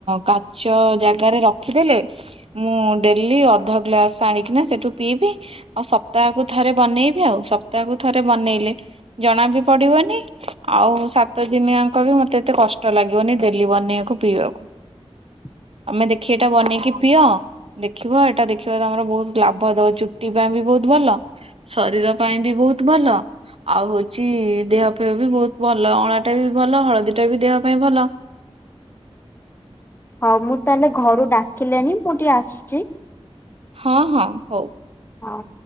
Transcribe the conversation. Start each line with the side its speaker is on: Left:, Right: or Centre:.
Right: କାଚ ଜାଗାରେ ରଖିଦେଲେ। ମୁଁ ଡେଲି ଅଧ ଗ୍ଲାସ୍ ଆଣିକିନା ସେଠୁ ପିଇବି ଆଉ ସପ୍ତାହକୁ ଥରେ ବନେଇବି ଆଉ ସପ୍ତାହକୁ ଥରେ ବନେଇଲେ ଜଣାବି ପଡ଼ିବନି ଆଉ ସାତ ଦିନିଆଙ୍କ ବି ମତେ ଏତେ କଷ୍ଟ ଲାଗିବନି ଡେଲି ବନେଇବାକୁ ପିଇବାକୁ।
Left: <inaudible>
Right: ଆମେ ଦେଖି ଏଟା ବନେଇକି ପିଅ ଦେଖିବ ଏଇଟା ଦେଖିବ ତମର ବହୁତ ଲାଭ ଦବ ଚୁଟି ପାଇଁ ବି ବହୁତ ଭଲ। ଶରୀର ପାଇଁ ବି ବହୁତ ଭଲ। ଆଉ ହଉଛି ଦେହ ଫେହ ବି ବହୁତ ଭଲ ଅଁଳାଟା ବି ଭଲ ହଳଦୀ ଟା ବି ଦେହ ପାଇଁ ଭଲ।
Left: ହଁ ମୁଁ ତାହେଲେ ଘରୁ ଡାକିଲେଣି ମୁଁ ଟିକେ ଆସୁଛି?
Right: ହଁ ହଁ ହଉ।
Left: ହଁ।